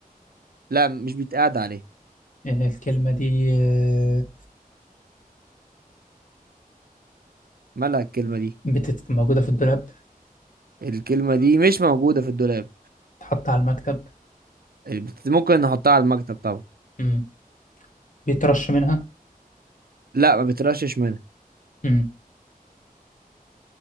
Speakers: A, on the right; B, on the left.
A: لا مش بيتقعد عليها
B: آه، الكلمة دي آه،
A: مالها الكلمة دي
B: بتت... موجودة في الدولاب
A: الكلمة دي مش موجودة في الدولاب
B: تحط على المكتب
A: بت- ممكن نحطها على المكتب طبعا
B: مم. بيترش منها
A: لا ما بترشش منها
B: مم.